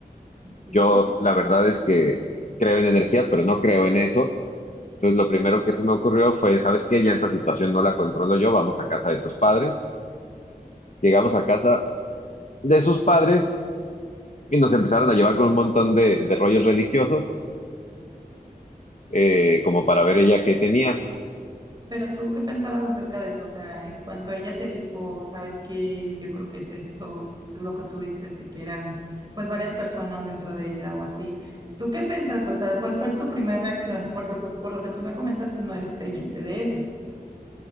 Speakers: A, on the right; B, on the left.
A: sí
B: Yo la verdad es que creo en energías, pero no creo en eso. Entonces lo primero que se me ocurrió fue, ¿sabes qué? Ya esta situación no la controlo yo, vamos a casa de tus padres. Llegamos a casa de sus padres y nos empezaron a llevar con un montón de, de rollos religiosos, eh, como para ver ella qué tenía.
A: Pero tú, ¿qué pensabas acerca de eso? O sea, en cuanto ella te dijo, ¿sabes qué? Yo creo que es esto, lo que tú dices, de que eran pues varias personas dentro de ella o así. ¿Tú qué pensaste? O sea, ¿cuál fue tu primera reacción? Porque pues por lo que tú me comentas, tú no eres creyente de eso.